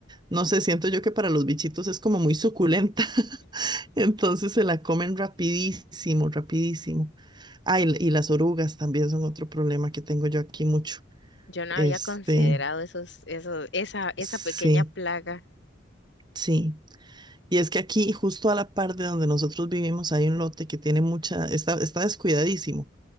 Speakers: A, on the right (about 25°); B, on the left (about 70°).
A: no sé, siento yo que para los bichitos es como muy suculenta. <laughs> Entonces se la comen rapidísimo, rapidísimo. Ah, y, y las orugas también son otro problema que tengo yo aquí mucho.
B: Yo no
A: Este,
B: había considerado esos, esos, esa, esa
A: sí,
B: pequeña plaga
A: sí. Y es que aquí, justo a la par de donde nosotros vivimos, hay un lote que tiene mucha, está, está descuidadísimo,